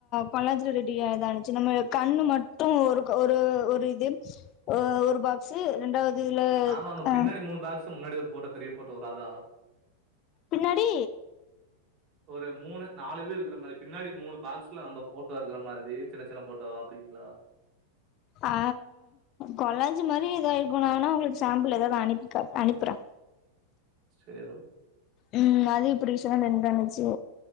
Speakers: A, on the left; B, on the right.
A: பொள்ளாச்சில ரெடியாயிடா ச்சி நம்ம கண்ணு மட்டு ஒரு க ஒரு ஒரு இது ஆ ஒரு பாக்ஸ் ரெண்டாவது இதுல
B: ஆமாமா
A: அ
B: பின்னாடி மூணு பாக்ஸு முன்னாடி ஒரு ஃபோட்டோ பெரிய ஃபோட்டோ வரு அதா
A: பின்னாடி
B: ஒரு மூணு நாலு இது இருக்கிற மாரி பின்னாடி மூணு பாக்ஸ்ல நம்ப ஃபோட்டோ இருக்கிற மாதிரி சின்ன சின்ன ஃபோட்டோவா அப்டிங்களா
A: ஆ கொலாஞ்சி மாரி ஏதா இருக்கோணுன்னா உங்களுக்கு சாம்பிள் ஏதாது அனுப்பிக் காட் அனுப்புற
B: சேரு
A: ம் அது எப்டி சொன்ன ரெண்டானுச்சு